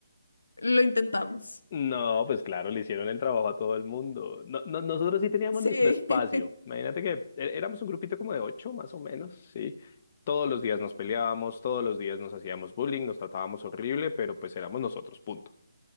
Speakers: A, on the left (about 80°); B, on the left (about 35°).
A: Lo intentamos.
B: No, pues claro, le hicieron el trabajo a todo el mundo. No, no- nosotros sí teníamos
A: Sí.
B: nuestro espacio.
A: <laughs>
B: Imagínate que é- éramos un grupito como de ocho, más o menos, sí. Todos los días nos peleábamos, todos los días nos hacíamos bullying, nos tratábamos horrible, pero pues éramos nosotros, punto.